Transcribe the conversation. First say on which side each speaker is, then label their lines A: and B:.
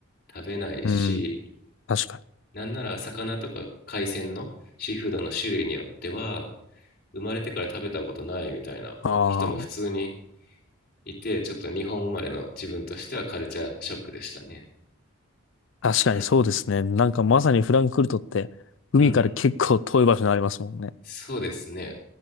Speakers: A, on the left; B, on the left.
A: 食べないし
B: うん。確かに。
A: なんなら魚とか海鮮のシーフードの種類によっては生まれてから食べたことないみたいな人も普通に
B: ああ。
A: いてちょっと日本生まれの自分としてはカルチャーショックでしたね
B: 確かにそうですね。
A: うん
B: なんかまさにフランクフルトって、海から結構遠い場所にありますもんね。
A: うんそうですね